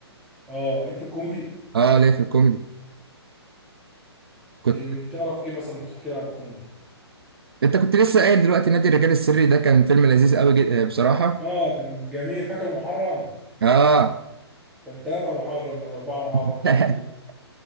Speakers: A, in the centre; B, on the right (about 60°).
A: اه ليك في الكوميدي
B: اه ليه في الكوميدي كنت
A: إيه تعرف ايه مثلا تحكي لي عن الكوميدي
B: انت كنت لسه قايل دلوقتي نادي الرجال السري ده كان فيلم لذيذ قوي جدا بصراحة
A: اه كان جميل فاكر محرم
B: اه
A: كان ثلاثة محرم ولا أربعة محرم
B: <laughs>
A: في الفيلم